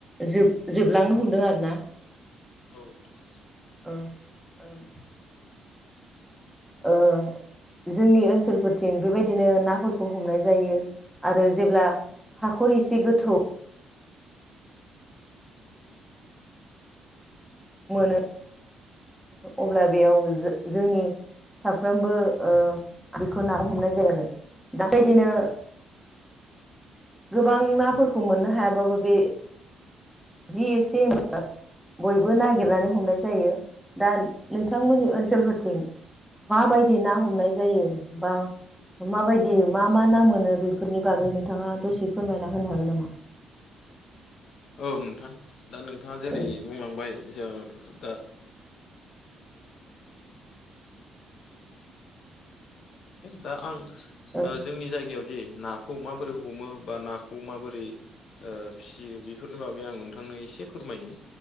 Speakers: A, in the centre; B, on the left (about 65°).
A: जोब-जोबलांनो हमदों आरोना
B: औ नोंथां औ
A: ओं ओं ओ। जोंनि ओनसोलफोरथिं बेबायदिनो नाफोरखौ हमनाय जायो आरो जेब्ला हाखर एसे गोथौ। मोनो। अब्ला बेयाव जोंनि। साफ्रोमबो ओ बेखौ ना हमनाय जायो आरो। दा बेबायदिनो
B: औ
A: गोबां नाफोरखौ मोननो हायाबाबो बे। जि एसे बयबो नागिरनानै हमनाय जायो दा नोंथांमोननि ओनसोलफोरथिं। माबायदि ना हमनाय जायो बा माबायदि मा मा नाम मोनो बेफोरनि बागै नोंथाङा दसे फोरमायना होनो हागोन नामा?
B: औ नोंथां दा नोंथाङा जेरै
A: औ
B: बुंलांबाय जो। औ नों दा आं
A: औ
B: ओ जोंनि जायगायावदि ना खौ माबोरै हमो बा नाखौ माबोरै उह फिसियो बि बेफोरनि बागै आं नोंथांनो एसे फोरमायनो